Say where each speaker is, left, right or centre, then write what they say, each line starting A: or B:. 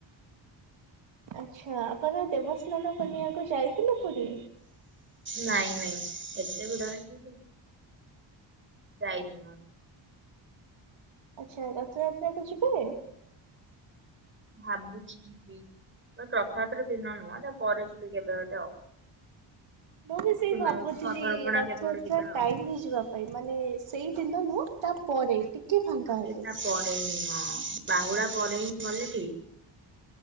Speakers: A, on the right (about 70°); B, on the right (about 25°).
A: ଆଚ୍ଛା ଆପଣ ଦେବସ୍ନାନ ପନଆକୁ ଯାଇଥିଲେ ପୁରୀ?
B: ନାଇଁ ନାଇଁ ଏତେ ଭିଡରେ କିଏ ଯିବ। ଯାଇନି।
A: ଆଚ୍ଛା ରଥଯାତ୍ରାକୁ ଯିବେ।
B: ଭାବୁଚି କି ଯିବି। ଟ ରଥଯାତ୍ର ଦିନ ନୁହଁ ତା ପରେ ଯିବି କେବେଗୋଟେ ଆଉ।
A: ମୁଁ ବି ସେଇ
B: ସୁନାବେଶ
A: ଭାବୁଥିଲି
B: ଅଧରପଣା
A: ରଥଯାତ୍ରା
B: କେବେଗୋଟେ ଯିବା ଆଉ।
A: ଟାଇମ ରେ ଯିବାକୁ। ମାନେ ସେଇଦିନ ନୁହଁ ତା ପରେରେ ଟିକେ। ଫାଙ୍କା
B: ହଁ ସେଇଟା
A: ହେଲେ।
B: ପରେ ହିଁ ହଁ ବାହୁଡ଼ା ପରେ ହିଁ ଗଲେ ଠିକ।